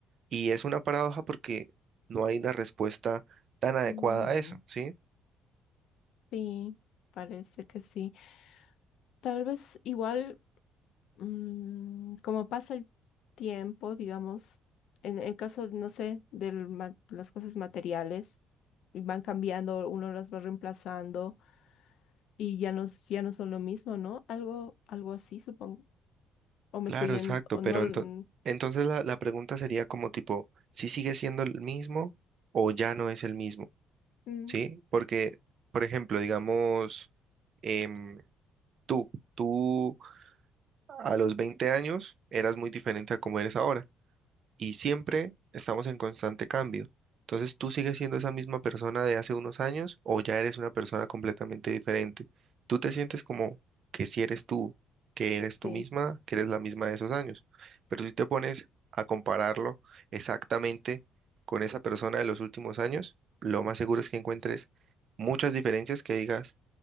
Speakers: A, on the right; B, on the left.
A: Y es una paradoja porque no hay una respuesta tan adecuada
B: Mm,
A: a eso, ¿sí?
B: Sí, parece que sí. Tal vez igual. mm, como pasa el tiempo, digamos, en el caso, no sé, de las cosas materiales, y van cambiando, uno las va reemplazando y ya no, s- ya no son lo mismo, ¿no? Algo, algo así, supongo. O me
A: Claro,
B: estoy
A: exacto,
B: en, o
A: pero
B: no, mm,
A: ento- entonces la, la pregunta sería como tipo, si sigue siendo el mismo o ya no es el mismo?
B: mm,
A: ¿Sí? Porque, por ejemplo, digamos, em, tú, tú a los 20 años eras muy diferente a como eres ahora y siempre estamos en constante cambio. Entonces, ¿tú sigues siendo esa misma persona de hace unos años o ya eres una persona completamente diferente? ¿Tú te sientes como que si eres tú, que eres tú
B: sí,
A: misma, que eres la misma de esos años? Pero si te pones a compararlo exactamente con esa persona de los últimos años, lo más seguro es que encuentres muchas diferencias que digas,